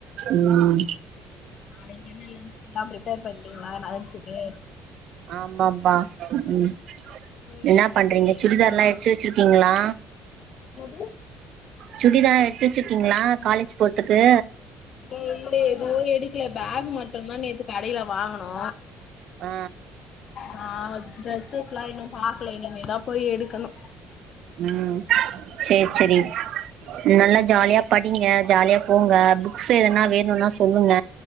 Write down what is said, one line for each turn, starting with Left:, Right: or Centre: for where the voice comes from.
Right: உம்
Left: நாளைக்கென்ன லன்ச்சு எல்லா பிரிப்பேர் பண்டீங்ளா ந லன்ச்சுக்கு
Right: ஆமாம்பா ம்
Left: ம்
Right: என்ன பண்றீங்க
Left: சேரி
Right: சுடிதார்லா
Left: சேரி
Right: எடுத்து வச்சுருக்கீங்ளா?
Left: என்னது
Right: சுடிதா எடுத்து வச்சிர்க்கிங்ளா காலேஜ் போற்துக்கு
Left: இல்ல இல்ல எதுவு எடுக்ல பேக் மட்டுந்தா நேத்து கடைல வாங்குனோ
Right: ஆ
Left: நாங்க ட்ரெஸ்ஸு லா இன்னு பாக்ல இனிமே தா போய் எடுக்கனு
Right: ம் சேர் செரி நல்லா ஜாலியா படிங்க ஜாலியா போங்க புக்ஸ் எதுனா வேணுன்னா சொல்லுங்க